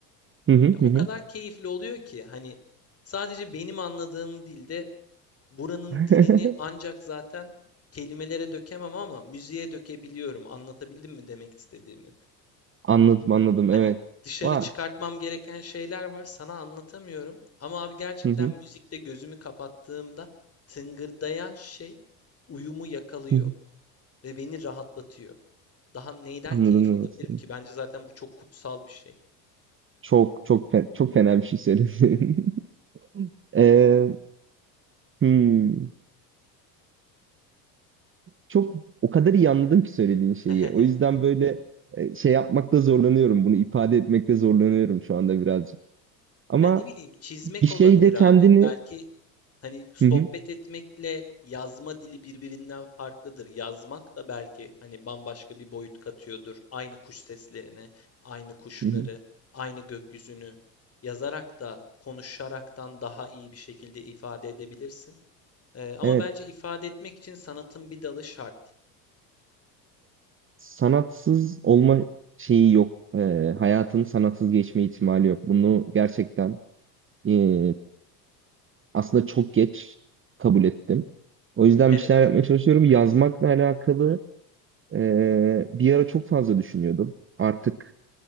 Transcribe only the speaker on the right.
Hı hı hı.
hı.
<laughs>
Anladım anladım
evet.
Vay.
Hı hı
hı. hı.
Anladım
evet.
Çok çok fe- çok fena bir şey söyledin. <laughs> Ee, hmm. çok o kadar iyi anladım ki söylediğin şeyi.
O yüzden böyle e, şey yapmakta zorlanıyorum. Bunu ifade etmekte zorlanıyorum şu anda birazcık. Ama
bir şeyde
kendini
Hı hı,
hı hı.
Evet,
sanatsız olma şeyi yok. E, hayatın sanatsız geçme ihtimali yok. Bunu gerçekten e, aslında çok geç kabul ettim. O yüzden
bir şeyler yapmaya çalışıyorum. Yazmakla alakalı e, bir ara çok fazla düşünüyordum. Artık